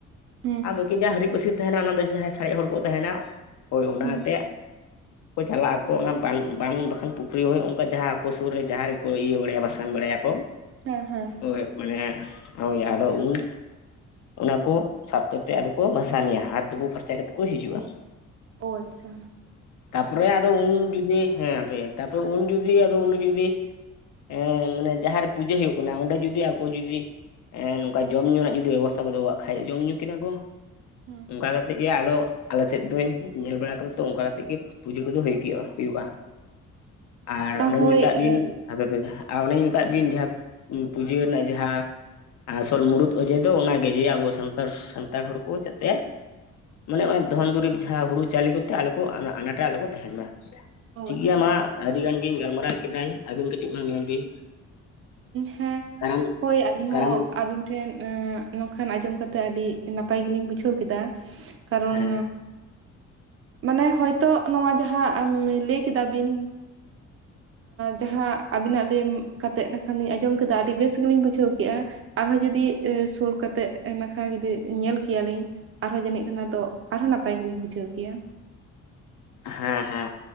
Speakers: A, on the right; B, on the left.
A: ᱦᱮᱸ ᱦᱮᱸ
B: ᱟᱫᱚ ᱡᱟᱦᱟᱸ ᱦᱤᱨᱤᱡ ᱯᱟᱹᱥᱤᱨ ᱛᱟᱦᱮᱸᱱᱟ ᱚᱱᱟ ᱫᱚ ᱡᱟᱦᱟᱸᱭ ᱥᱟᱨᱮᱡ ᱦᱚᱲ ᱠᱚ ᱛᱟᱦᱮᱸᱱᱟ ᱦᱳᱭ ᱚᱱᱟᱛᱮ
A: ᱦᱮᱸ ᱦᱮᱸ
B: ᱠᱚ ᱪᱟᱞᱟᱜ ᱟᱠᱚ ᱚᱱᱟ ᱵᱟᱱ ᱵᱟᱱ ᱵᱟᱠᱷᱟᱱ ᱯᱩᱠᱷᱨᱤ ᱦᱚᱸ ᱚᱱᱠᱟ ᱡᱟᱦᱟᱸ ᱟᱠᱩ ᱥᱩᱨ ᱨᱮ ᱡᱟᱦᱟᱸ ᱨᱮ ᱠᱚ ᱤᱭᱟᱹ ᱵᱟᱲᱟᱭᱟ ᱵᱟᱥᱟᱝ ᱵᱟᱲᱟᱭᱟᱠᱚ᱾
A: ᱦᱮᱸ ᱦᱮᱸ᱾
B: ᱦᱳᱭ ᱢᱟᱱᱮ ᱦᱳᱭ ᱟᱫᱚ ᱩᱱ ᱚᱱᱟ ᱠᱚ ᱥᱟᱵ ᱠᱟᱛᱮ ᱟᱫᱚ ᱠᱚ ᱵᱷᱟᱥᱟᱱᱮᱭᱟ ᱟᱨ ᱛᱩᱴᱩ ᱯᱷᱟᱨᱪᱟ ᱠᱟᱛᱮ ᱠᱚ ᱦᱤᱡᱩᱜᱼᱟ᱾
A: ᱚ ᱟᱪᱪᱷᱟ᱾
B: ᱛᱟᱯᱚᱨᱮ ᱟᱫᱚ ᱩᱱ ᱡᱩᱫᱤ ᱦᱮᱸ ᱦᱟᱯᱮ ᱛᱟᱯᱚᱨᱮ ᱩᱱ ᱡᱩᱫᱤ ᱟᱫᱚ ᱩᱱᱤ ᱡᱩᱫᱤ ᱮᱸ ᱢᱟᱱᱮ ᱡᱟᱦᱟᱸᱨᱮ ᱯᱩᱡᱟᱹ ᱦᱩᱭᱩᱜ ᱠᱟᱱᱟ ᱚᱸᱰᱮ ᱡᱩᱫᱤ ᱟᱠᱚ ᱡᱩᱫᱤ ᱮᱸ ᱱᱚᱝᱠᱟ ᱡᱚᱢᱼᱧᱩ ᱨᱮᱱᱟᱜ ᱡᱩᱫᱤ ᱵᱮᱵᱚᱥᱛᱷᱟ ᱠᱚ ᱫᱚᱦᱚ ᱠᱟᱜ ᱠᱷᱟᱡ ᱡᱚᱢᱼᱧᱩ ᱠᱮᱫᱟ ᱠᱚ᱾
A: ᱦᱮᱸ᱾
B: ᱚᱱᱠᱟ ᱠᱟᱛᱮᱫ ᱜᱮ ᱟᱫᱚ ᱟᱞᱮ ᱥᱮᱫ ᱫᱚᱧ ᱧᱮᱞ ᱵᱟᱲᱟ ᱠᱟᱫᱟ ᱛᱚ ᱚᱱᱠᱟ ᱠᱟᱛᱮ ᱜᱮ ᱯᱩᱡᱟᱹ ᱠᱚᱫᱚ ᱦᱩᱭᱩᱜᱼᱟ ᱦᱩᱭᱩᱜᱼᱟ, ᱟᱨ
A: ᱚ
B: ᱚᱱᱮᱧ
A: ᱦᱳᱭ
B: ᱢᱮᱛᱟᱫ
A: ᱚ
B: ᱵᱤᱱ ᱦᱟᱯᱮ ᱯᱮ ᱟᱨ ᱚᱱᱮᱧ ᱢᱮᱛᱟᱫ ᱵᱤᱱ ᱡᱟᱦᱟᱸ ᱯᱩᱡᱟᱹ ᱨᱮᱱᱟᱜ ᱡᱟᱦᱟᱸ ᱟᱥᱚᱞ ᱢᱩᱲᱩᱫ ᱚᱡᱮ ᱫᱚ ᱚᱱᱟᱜᱮ ᱡᱮ ᱟᱵᱚ ᱥᱟᱱᱛᱟᱲ ᱥᱟᱱᱛᱟᱲ ᱦᱚᱲ ᱠᱚ ᱡᱟᱛᱮ ᱢᱟᱱᱮ ᱚᱱᱟ ᱫᱷᱚᱱ ᱫᱩᱨᱤᱵᱽ ᱡᱟᱦᱟᱸ ᱦᱩᱲᱩ ᱪᱟᱣᱞᱮ ᱠᱚᱛᱮ ᱟᱞᱚ ᱠᱚ ᱟᱱᱟᱴ ᱨᱮ ᱟᱞᱚ ᱠᱚ ᱛᱟᱦᱮᱸᱱ ᱢᱟ ᱴᱷᱤᱠ
A: ᱟᱪᱪᱷᱟ
B: ᱜᱮᱭᱟ ᱢᱟ ᱟᱹᱰᱤ ᱜᱟᱱ ᱜᱤᱧ ᱜᱟᱞᱢᱟᱨᱟᱣ ᱠᱮᱫᱟᱧ ᱟᱹᱵᱤᱱ ᱠᱟᱹᱴᱤᱡ ᱢᱟ ᱢᱮᱱ ᱵᱤᱱ?
A: ᱦᱮᱸ
B: ᱠᱟᱨᱟᱢ
A: ᱦᱳᱭ ᱟᱹᱞᱤᱧ
B: ᱠᱟᱨᱟᱢ
A: ᱦᱚᱸ ᱟᱹᱵᱤᱱᱼᱼ ᱴᱷᱮᱱ ᱱᱚᱝᱠᱟᱱ ᱟᱸᱡᱚᱢ ᱠᱟᱛᱮᱜ ᱟᱹᱰᱤ ᱱᱟᱯᱟᱭ ᱜᱮᱞᱤᱧ ᱵᱩᱡᱷᱟᱹᱣ ᱠᱮᱫᱟ᱾ ᱠᱟᱨᱚᱱ,
B: ᱦᱮᱸ
A: ᱢᱟᱱᱮ ᱦᱚᱭᱛᱳ ᱱᱚᱣᱟ ᱡᱟᱦᱟᱸ ᱞᱟᱹᱭ ᱠᱮᱫᱟ ᱵᱤᱱᱼᱼ ᱡᱟᱦᱟᱸ ᱟᱵᱤᱱᱟᱜ ᱞᱟᱹᱭ ᱠᱟᱛᱮᱫᱼᱼ ᱠᱷᱟᱱᱞᱤᱧ ᱟᱸᱡᱚᱢ ᱠᱮᱫᱟ ᱟᱹᱰᱤ ᱵᱮᱥ ᱜᱮᱞᱤᱧ ᱵᱩᱡᱷᱟᱹᱣ ᱠᱮᱫᱼᱟ ᱟᱨᱦᱚᱸ ᱡᱩᱫᱤ ᱮ ᱥᱩᱨᱠᱟᱛᱮᱫ ᱤᱠᱷᱟᱱ ᱡᱩᱫᱤ ᱧᱮᱞ ᱠᱮᱭᱟᱞᱤᱧ ᱟᱨᱦᱚᱸ ᱡᱟᱹᱱᱤᱡ ᱠᱟᱱᱟ ᱫᱚ ᱟᱨᱦᱚᱸ ᱱᱟᱯᱟᱭ ᱜᱮᱞᱤᱧ ᱵᱩᱡᱷᱟᱹᱣ ᱠᱮᱭᱟ᱾
B: ᱦᱮᱸ ᱦᱮᱸ